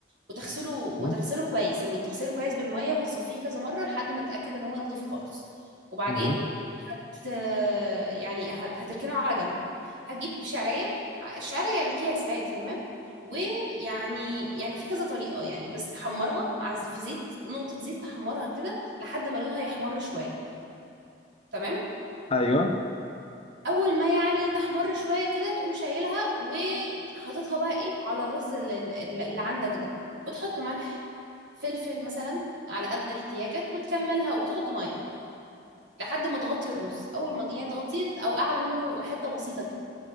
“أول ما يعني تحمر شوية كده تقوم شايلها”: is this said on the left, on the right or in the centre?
Right